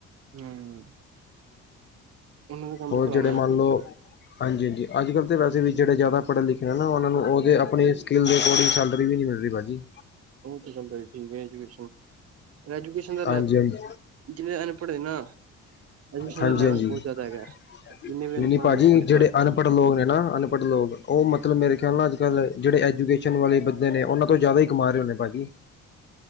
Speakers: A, on the right; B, on the left.
A: ਹਮ ਉਹਨਾਂ ਦੇ ਕੰਮ
B: ਹੋਰ
A: ਤੇ ਪਣਾ
B: ਜਿਹੜੇ ਮੰਨ ਲਓ ਹਾਂਜੀ ਹਾਂਜੀ ਅੱਜ ਕੱਲ੍ਹ ਤਾਂ ਵੈਸੇ ਵੀ ਜਿਹੜੇ ਜ਼ਿਆਦਾ ਪੜ੍ਹੇ ਲਿਖੇ ਨੇ ਨਾ ਉਹਨਾਂ ਨੂੰ ਉਹਦੇ ਆਪਣੀ ਸਕਿੱਲ ਦੇ ਅਕੋਡਿੰਗ ਸੈਲਰੀ ਵੀ ਨਹੀਂ ਮਿਲਹੀ ਭਾਅ ਜੀ
A: ਉਹ ਤੇ ਗ ਠੀਕ ਹੈੂਕੇਸ਼ਨ ਐਜੂਕੇਸ਼ਨ ਦਾ
B: ਹਾਂਜੀ
A: ਲੈਲ
B: ਹਾਂਜੀ
A: ਜਿੰਹਨੇ ਅਨਪੜ੍ਹੇ ਨਾ ਐਜੂਕੇਸ਼ਨ
B: ਹਾਂਜੀ
A: ਦਾ ਲੈਵਲ
B: ਹਾਂਜੀ ਨਹੀਂ
A: ਬਹੁਤ ਜ਼ਿਆਦਾ ਹੈਗਾ ਜਿੰਨੇ ਵੀ ਅਨਪੜ੍ਹ
B: ਨ ਭਾਜੀ
A: ਲੋਕ ਨੇ ਸਾਰੇ
B: ਜਿਹੜੇ ਅਨਪੜ੍ਹ ਲੋਕ ਨੇ ਨਾ ਅਨਪੜ੍ਹ ਲੋਕ ਉਹ ਮਤਲਬ ਮੇਰੇ ਖਿਆਲ ਨਾਲ ਅੱ ਕੱਲ ਜਿਹੜੇ ਐਜੂਕੇਸ਼ਨ ਵਾਲੇ ਬੰਦੇ ਨੇ ਉਹਨਾਂ ਤੋਂ ਜ਼ਿਆਦਾ ਹੀ ਕਮਾ ਰਹੇ ਹੋ ਨੇ ਭਾਜੀ